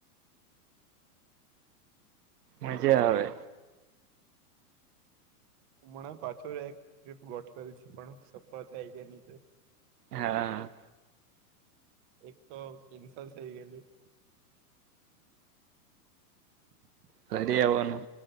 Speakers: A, on the right (about 80°); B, on the right (about 25°).
A: મજા આવે
B: હુંમણાં પાછો એક ટ્રીપ ગોઠવેલ છે પણ સફળ થાય કેની છે
A: હા
B: એક તો કેન્સો થઈ ગયેલું <unintelligible>
A: ખરે આવવાનું